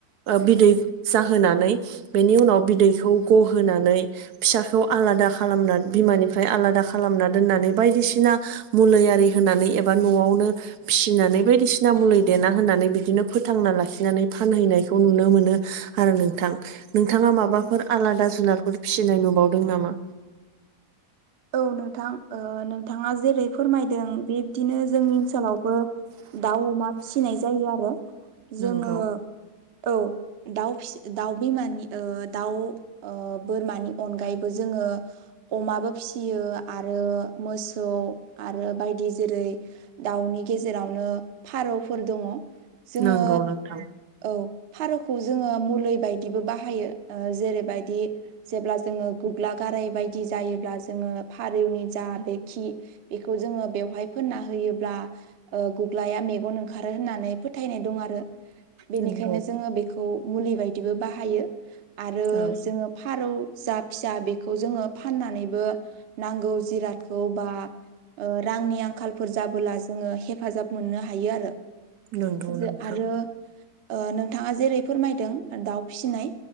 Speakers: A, on the right; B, on the right.
A: बिदै जाहोनानै बेनि उनाव बिदैखौ गहोनानै फिसाखौ आलादा खालामना बिमानिफ्राय आलादा खालामना दोननानै बायदिसिना मुलिया होनानै एबा न'आवनो फिसिनानै बायदिसिना मुलि देना होनानै बिदिनो फोथांना लाखिनानै नानै फानहैनायखौ नुनो मोनो आरो नोंथां नोंथाङाट माबाफोर
B: औ
A: आलादा जुनारफोर फिसिनाय नुबावदों नामा
B: औ नोंथां ओ नोंथाङा जेरै फोरमायदों बिब्दिनो जोंनि ओनसोलावबो दाउ अमा फिसिनाय जायो आरो।
A: नोंगौ
B: जोङो औ दाउ फि दाउ बिमानि ओ दाउ ओ बोरमानि अनगायैबो जोङो अमााबो फिसियो आरो मोसौ आरो बायदि जेरै दाउनि गेजेराव नो फारौफोर दङ। जोङो
A: नंगौ नोंथां
B: औ फारौखौ जोङो मुलिै बायदिबो बाहायो। ओ जेरैबायदि जेब्ला जोङो गग्ला गाराय बायदि जायोब्ला जोङो फारौनि जा बेखि बेखौ जोङो बेवहाय फोनना होयोब्ला ओ गु ग्लाया मेगन ओंखारो होननानै फोथायनाय दं आरो। बेनिखायनो
A: नंगौ
B: जोङो बेखौ मुलि बायदिबो बाहायो। आरो
A: औ
B: जोङो फारौ जा फिसा बेखौ जोङो फाननानैबो नांगौ जिरादखौ बा ओ- रांनि आंखालफोर जाबोला जोङो हेफाजाब मोननो हायो आरो।
A: नंगौ
B: जो
A: नोंथां
B: आरो ओ- नोंथाङा जेरै फोरमायदों दाउ फिसिनाय